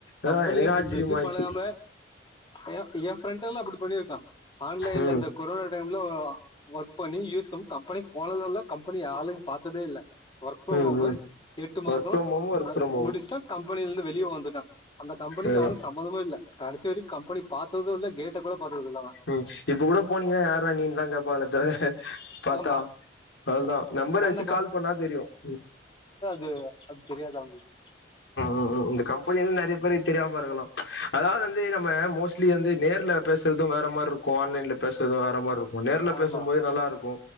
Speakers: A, on the left; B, on the left.
A: அதா
B: கம்பெனியே
A: எனக்கே ஆச்சரியமா
B: விசிட்
A: இருந்துச்சு
B: பண்ணாம ஏ ஏ ஃப்ரண்ட்ல அப்புடி பண்ணிருக்க ஆன்லைன்ல
A: ம்
B: இந்த கொரனா டைம்ல ஒர்க் பண்ணி யூஸ்க்கும் கம்பெனி போனதடல்ல கம்பெனி ஆளுங்க பாத்ததே இல்லே ஒர்க்ஃப்ரம்
A: ம்
B: ஹோமு
A: ம்
B: எட்டு மாச
A: ஒர்க் ஃப்ரம் ஹோம் ஒர்க்
B: அது
A: ஃப்ரம்
B: முடிச்ட்டா கம்பெனிலருந்து வெளியே வந்துட்டா அந்த கம்பெனிக்கு
A: அதா
B: அவனுக்கு சம்மந்தமே இல்ல கடைசி வரைக்கு கம்பெனி பாத்தது இல்ல கேட்ட கூட பாத்தது இல்ல அவ
A: ம் இப்ப கூட போனீங்கனா யார்ரா நீன்னு தா கேட்பாங்கள தவிர பாத்தா
B: ஆமா
A: அதுதா நம்பர்
B: நா
A: வச்சு
B: அந்த
A: கால் பண்ணா தெரியு ம்
B: து அது தெரியாது அவங்களுக்கு
A: ம் ம் இந்த கம்பெனில நெறைய பேருக்கு தெரியாம இருக்கலாம் அதாவது வந்து நம்ம மோஸ்ட்லி வந்து நேர்ல பேசுறது வேற மாரி இருக்கு ஆன்லைன்ல பேசறது வேற மாரி இருக்கு நேர்ல
B: ஆமா
A: பேசும்போது நல்லா இருக்கு